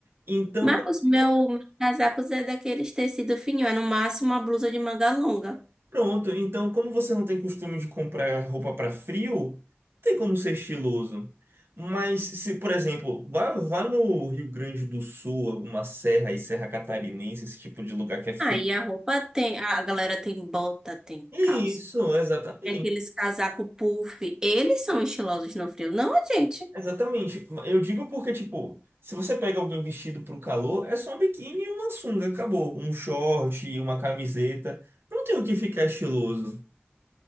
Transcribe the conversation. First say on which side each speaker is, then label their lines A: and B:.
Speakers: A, on the right; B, on the right.
A: Então,
B: Mas os meus, meus casacos é daqueles tecido fininho, é no máximo uma blusa de manga longa.
A: Pronto, então como você não tem costume de comprar roupa para frio, não tem como ser estiloso. Mas se, por exemplo, vá, vá no Rio Grande do Sul, alguma serra e Serra Catarinense, esse tipo de lugar que é frio.
B: Aí a roupa tem, a galera tem bota, tem
A: Isso,
B: calça,
A: exatamente.
B: tem aqueles casaco puff. Eles são estilosos no frio, não a gente.
A: Exatamente. Eu digo porque, tipo, se você pega alguém vestido pro calor, é só um biquíni e uma sunga, acabou. Um short, uma camiseta. Não tem o que ficar estiloso.